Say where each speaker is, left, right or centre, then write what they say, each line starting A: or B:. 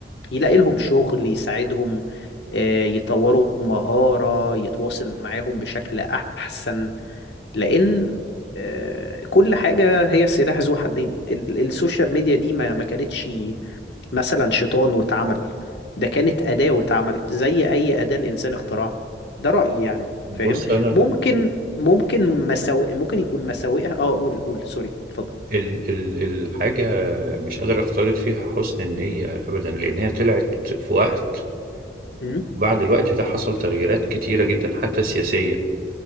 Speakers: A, on the left (about 70°); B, on the right (about 50°).
A: يلاقي لهم شغل يساعدهم آه، يطوروا مهارة يتواصل معاهم بشكل أحسن لان آه، كل حاجة هي سلاح ذو حدين ال- السوشيال ميديا دي ما ما كانتش مثلا شيطان واتعمل ده كانت أداة واتعملت زي أي أداة الإنسان اخترعها ده رأيي يعني فاهم
B: بص انا
A: ممكن ممكن مساوئ ممكن يكون مساوئها اه قول قول سوري اتفضل
B: ال ال الحاجة مش قادر أفترض فيها حسن النية أبدا لأن هي طلعت في وقت
A: امم
B: بعد الوقت ده حصل تغييرات كتيرة جدا حتى سياسية